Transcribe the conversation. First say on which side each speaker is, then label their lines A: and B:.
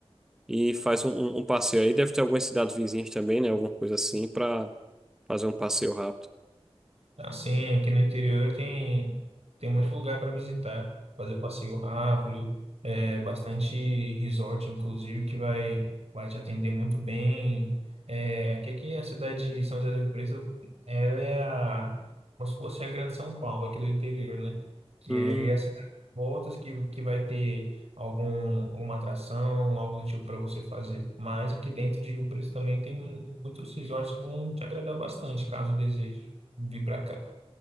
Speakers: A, in the centre; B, on the right.
A: e faz um, um- um passeio aí. Deve ter algumas cidades vizinhas também, né? Alguma coisa assim, para fazer um passeio rápido.
B: Assim, aqui no interior tem, tem muito lugar para visitar, fazer passeio rápido, é, bastante resort, inclusive, que vai, vai te atender muito bem. É, aqui, aqui a cidade de São José do Rio Preto, ela é a, como se fosse a Grande São Paulo aqui do interior, né? Que
A: Hum.
B: é as voltas que, que vai ter algum, alguma atração, algo do tipo para você fazer. Mas aqui dentro de Rio Preto também tem muitos resorts que vão te agradar bastante, caso deseje vir para cá.